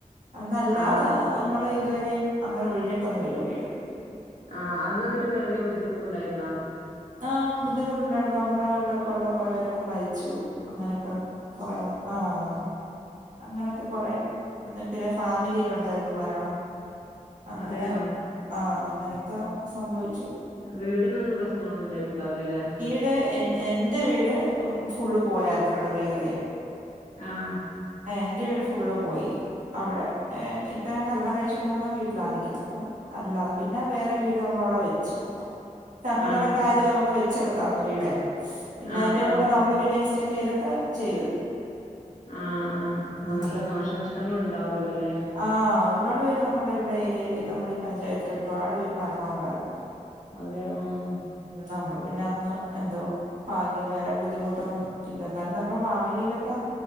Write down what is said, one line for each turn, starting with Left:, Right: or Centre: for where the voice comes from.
Right: അന്നല്ലാതെ
Left: ആഹ് ആഹ്
Right: നമ്മള് ഇതുവരെയും അങ്ങനെ ഒഴിഞ്ഞിട്ടൊന്നുവില്ല വീട്.
Left: ആഹ് അന്നന്നിട്ട് വല്യ ബുദ്ധിമുട്ടുണ്ടായിരുന്നോ?
Right: ആഹ് ബുദ്ധിമുട്ടുണ്ടായിരുന്നു നമ്മുടെ ഇവിടെക്കെള്ള കൊറെ പേരൊക്കെ മരിച്ചു അങ്ങനെ ക്കൊ ആഹ്. അങ്ങനൊക്കെ കൊറെ പിന്നെ ഫാമിലിയിലുണ്ടായിരുന്നു മരണം. അങ്ങനെ
Left: അതെയോ
Right: ആഹ് അങ്ങനൊക്കെ സംഭവിച്ചു.
Left: വീടിനൊന്നും പ്രശ്നങ്ങളൊന്നും ഇണ്ടായിട്ടുണ്ടാവില്ലല്ലേ?
Right: ഏ എൻ എന്റെ വീട് ഫുള്ള് പോയാരുന്നു കടല് കേറ്യാ
Left: ആഹ്
Right: ഏഹ് എന്റെ വീട് ഫുള്ള് പോയി. അവടെ ഏ ഇപ്പം ഞാൻ കല്യാണം കഴിച്ച് കൊണ്ട് വന്ന വീട്ടിലാ നിക്ക്ന്നേ അപ്പം അല്ല പിന്നെ വേറെ വീട് നമ്മള് അവിടെ വെച്ചു സംഘടന
Left: ആഹ്
Right: ക്കാര് നമുക്ക് വെച്ചൊക്കെ തന്നു വീടെ പിന്നെ
Left: ആഹ്
Right: അതിന്റെ
Left: ആഹ്
Right: കൂടെ നമ്മള് പിന്നെ എക്സൈറ്റൊക്കെ ചെയ്ത്.
Left: ആഹ് ആഹ് ആ നല്ല
Right: ഉം
Left: നാശനഷ്ടങ്ങൾ ഇണ്ടാവൊല്ലല്ലോല്ലേ?
Right: ആഹ് ഒരുപാട് പേര് നമ്മുടെ ഇവിടെ ഏരിയേല്‌ നമ്മടെ ഈ പഞ്ചായത്ത് ഒരുപാട് പേ മരണ ഉണ്ടായിരുന്നു.
Left: അതെ ആഹ്.
Right: നമ്മള് പിന്നെ അന്ന് എന്തോ ഭാഗ്യം വേറെ ബുദ്ധിമുട്ടൊന്നും ഇല്ല ന്നാലും നമ്മുടെ ഫാമിലിയിലൊക്കെ